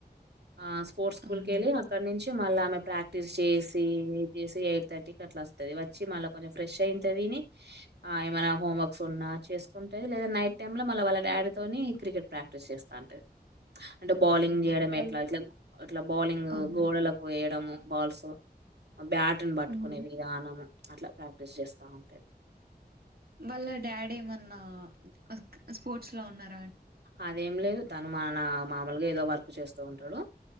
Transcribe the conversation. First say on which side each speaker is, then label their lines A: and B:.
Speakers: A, on the right (about 80°); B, on the right (about 65°).
A: ఆహ్ స్పోర్ట్స్ స్కూల్
B: అవును
A: కెళ్ళి అక్కడ నుంచి మళ్ళ ఆమె ప్రాక్టీస్ చేసి ఇది చేసి. థర్టీ అట్లా వస్తది వచ్చి మళ్ళ కొంచెం ఫ్రెష్ అయి ఇంత తిని ఆహ్ ఏమన్నా హోంవర్కుస్ ఉన్నా చేసుకుంటది. లేద్ లేదా నైట్ టైమ్ల మళ్ళ వాళ్ళ డాడీ తోని క్రికెట్ ప్రాక్టీస్ చేస్తా ఉంటది. అంటే బౌలింగ్
B: అవునా
A: చేయడం
B: వాళ్ళు
A: ఎట్లా ఇక ఇట్లా బౌలింగ్
B: అవును
A: గోడలకు వేయడం. బాల్స్ బ్యాటును పట్టుకునే
B: అవును
A: విధానం అట్లా ప్రాక్టీస్ చేస్తా ఉంటాది.
B: వాళ్ళ డాడీ ఏమన్నా ఆ స్పోర్ట్స్ లో ఉన్నార్.
A: అదేం లేదు తను మ నా మామూలుగా ఏదో వర్క్ చేస్తూ ఉంటాడు.